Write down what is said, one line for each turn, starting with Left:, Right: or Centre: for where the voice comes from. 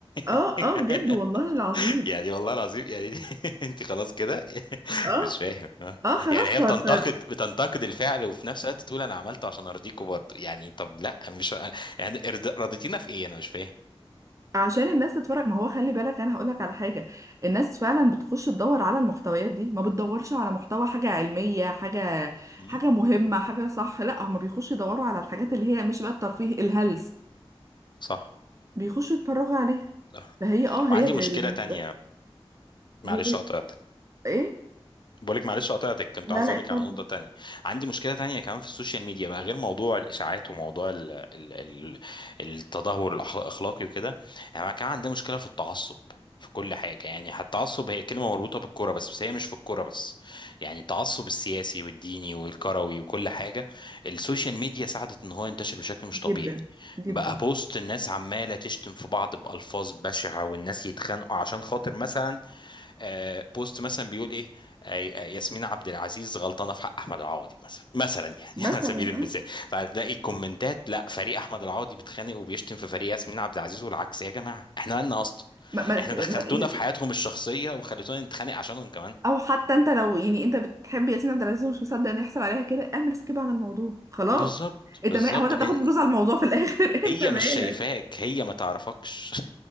Right: اه
Left: <laughs>
Right: اه بجد والله العظيم
Left: يعني والله العظيم يعني <laughs> انت خلاص كده <laughs>
Right: اه
Left: مش فاهم ها
Right: اه خلاص
Left: يعني هي
Right: طب-
Left: بتنتقد
Right: طب
Left: بتنتقد الفعل وفي نفس الوقت تقول انا عملته عشان ارضيكوا برضه يعني طب لا مش يعني ارض- رضيتينا في ايه انا مش فاهم
Right: عشان الناس تتفرج ما هو خلي بالك انا هقول لك على حاجه الناس فعلا بتخش تدور على المحتويات دي ما بتدورش على محتوى حاجه علميه حاجه
Left: مم.
Right: حاجه مهمه حاجه صح لا هم بيخشوا يدوروا على الحاجات اللي هي مش بقى الترفيه الهلس
Left: صح
Right: بيخشوا يتفرجوا عليها
Left: صح
Right: فهي اه
Left: وعندي
Right: هي بالنسبه
Left: مشكلة تانية معلش
Right: هي
Left: قطعتك
Right: ايه
Left: بقولك معلش قطعتك كنت
Right: لا
Left: عاوز
Right: لا
Left: اقولك
Right: اتفضل
Left: على نقطة تانية عندي مشكلة تانية كمان في السوشيال ميديا بقى غير موضوع الإشاعات وموضوع ال ال ال التدهور الأخ- الأخلاقي وكده يعني أنا كمان عندي مشكلة في التعصب في كل حاجة يعني حتى التعصب هي كلمة مربوطة بالكرة بس بس هي مش في الكرة بس يعني التعصب السياسي والديني والكروي وكل حاجة السوشيال ميديا ساعدت ان هو ينتشر بشكل مش
Right: جدا
Left: طبيعي
Right: جدا
Left: بقى بوست الناس عمالة تشتم في بعض بألفاظ بشعة والناس يتخانقوا عشان خاطر مثلا آه، بوست مثلا بيقول ايه آه، آه، ياسمين عبد العزيز غلطانه في حق احمد العوضي مثلا مثلا يعني
Right: مثلا
Left: <laughs> على سبيل المثال
Right: اه
Left: فهتلاقي كومنتات لا فريق احمد العوضي بيتخانق وبيشتم في فريق ياسمين عبد العزيز والعكس يا جماعه احنا مالنا اصلا
Right: ما ما
Left: احنا دخلتونا
Right: ما-
Left: في حياتهم الشخصيه وخليتونا نتخانق عشانهم كمان
Right: او حتى انت لو يعني انت بتحب ياسمين عبد العزيز ومش مصدق ان يحصل عليها كده اعمل سكيب عن الموضوع خلاص
Left: بالظبط بالظبط
Right: انت ما هو انت هتاخد
Left: لأن
Right: فلوس على الموضوع في الاخر <laughs>
Left: هي
Right: انت مالك
Left: مش شايفاك هي ما تعرفكش